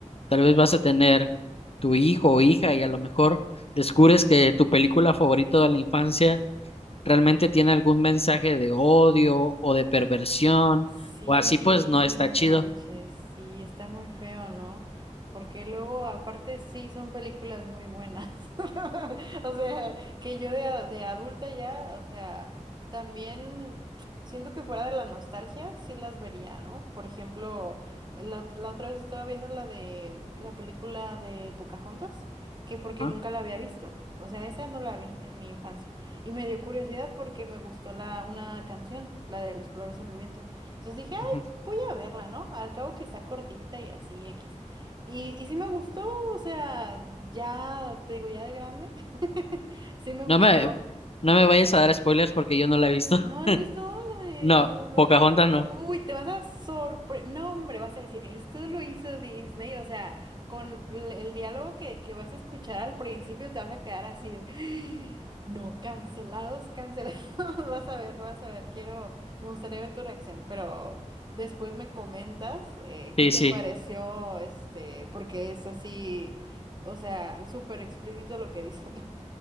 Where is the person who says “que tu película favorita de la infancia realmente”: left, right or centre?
Left